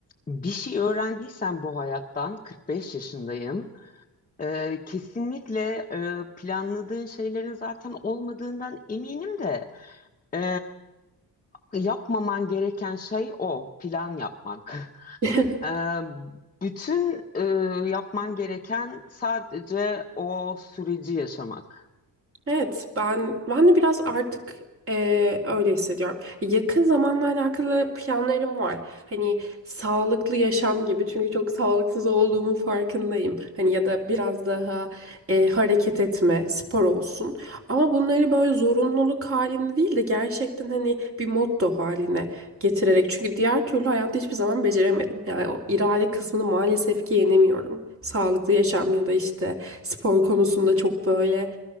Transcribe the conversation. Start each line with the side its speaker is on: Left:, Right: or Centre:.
Left: bir şey öğrendiysem bu hayattan 45 yaşındayım. E, kesinlikle e, planladığın şeylerin zaten olmadığından eminim de e, yapmaman gereken şey o plan yapmak. <laughs>
Right: <laughs>
Left: E, bütün e, yapman gereken sadece o süreci yaşamak.
Right: Evet, ben ben de biraz artık eee, öyle hissediyorum. Yakın zamanla alakalı planlarım var. Hani sağlıklı yaşam gibi çünkü çok sağlıksız olduğumun farkındayım. Hani ya da biraz daha eee, hareket etme, spor olsun. Ama bunları böyle zorunluluk halinde değil de gerçekten hani bir motto haline getirerek. Çünkü diğer türlü hayatta hiçbir zaman beceremedim. Yani o irade kısmını maalesef ki yenemiyorum. Sağlıklı yaşam ya da işte spor konusunda çok böyle